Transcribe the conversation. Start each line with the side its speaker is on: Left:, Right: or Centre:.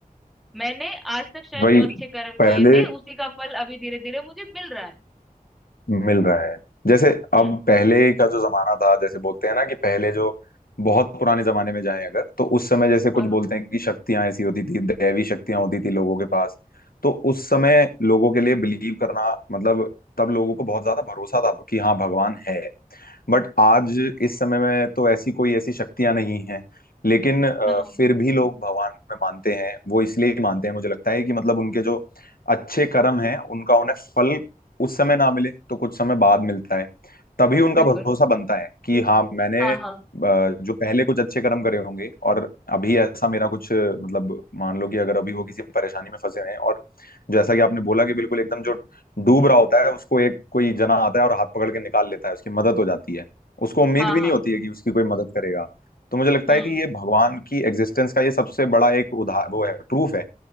Centre: मैंने आज तक शायद
Left: वही
Centre: जो अच्छे कर्म
Left: पहले
Centre: किए थे उसी का फल अभी धीरे धीरे मुझे मिल रहा है
Left: मिल रहा है जैसे अब
Centre: हम्म
Left: पहले का जो जमाना था जैसे बोलते हैं ना कि पहले जो बहुत पुराने जमाने में जाएं अगर तो उस समय जैसे कुछ
Centre: हाँ
Left: बोलते हैं कि शक्तियां ऐसी होती थी दैवी शक्तियां होती थी लोगों के पास तो उस समय लोगों के लिए बिलीव करना मतलब तब लोगों को बहुत ज्यादा भरोसा था कि हाँ भगवान है बट आज इस समय में तो ऐसी कोई ऐसी शक्तियां नहीं हैं लेकिन अ,
Centre: हाँ
Left: फिर भी लोग भगवान में मानते हैं वो इसलिए ही मानते हैं मुझे लगता है कि मतलब उनके जो अच्छे कर्म हैं उनका उन्हें फल उस समय ना मिले तो कुछ समय बाद मिलता है तभी उनका
Centre: बिल्कुल
Left: भरोसा बनता है कि हाँ मैंने
Centre: हाँ
Left: अ,
Centre: हाँ
Left: जो पहले कुछ अच्छे कर्म करे होंगे और अभी ऐसा मेरा कुछ मतलब मान लो कि अगर अभी वो किसी परेशानी में फंसे हैं और जैसा कि आपने बोला कि बिल्कुल एकदम जो डूब रहा होता है उसको एक कोई जना आता है और हाथ पकड़ के निकाल लेता है उसकी मदद हो जाती है उसको उम्मीद
Centre: हाँ
Left: भी
Centre: हाँ
Left: नहीं होती है कि उसकी कोई मदद करेगा तो मुझे लगता
Centre: हम्म
Left: है कि ये भगवान की एग्जिस्टेंस का ये सबसे बड़ा एक उदाह वो है प्रूफ है